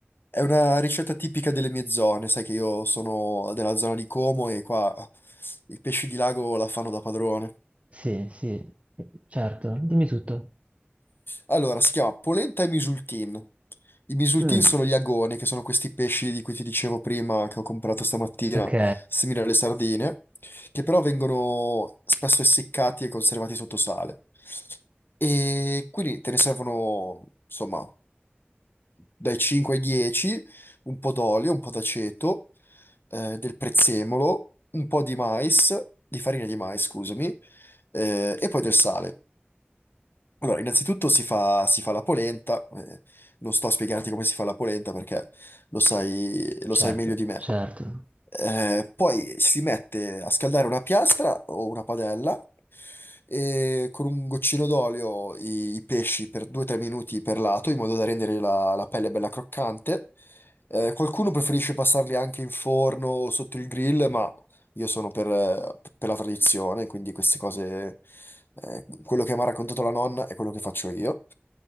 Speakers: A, on the left; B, on the right.
A: È una ricetta tipica delle mie zone, sai che io sono della zona di Como e qua i pesci di lago la fanno da padrone.
B: Sì, sì, certo, dimmi tutto.
A: Allora, si chiama polenta e misultin. I misultin
B: Mm,
A: sono gli agoni, che sono questi pesci di cui ti dicevo prima, che ho comprato stamattina,
B: ok,
A: simili alle sardine, che però vengono spesso essiccati e conservati sotto sale. E quindi te ne servono, insomma, dai 5 ai 10, un po' d'olio, un po' d'aceto, eh, del prezzemolo, un po' di mais, di farina di mais, scusami, eh, e poi del sale. Allora, innanzitutto si fa, si fa la polenta, eh, non sto a spiegarti come si fa la polenta perché lo sai, lo
B: certo,
A: sai meglio di me.
B: certo.
A: Eh, poi si mette a scaldare una piastra o una padella e con un goccino d'olio i, i pesci per 2-3 minuti per lato in modo da rendere la, la pelle bella croccante. Eh, qualcuno preferisce passarli anche in forno o sotto il grill, ma io sono per, eh, per la tradizione, quindi queste cose, eh, quello che mi ha raccontato la nonna è quello che faccio io.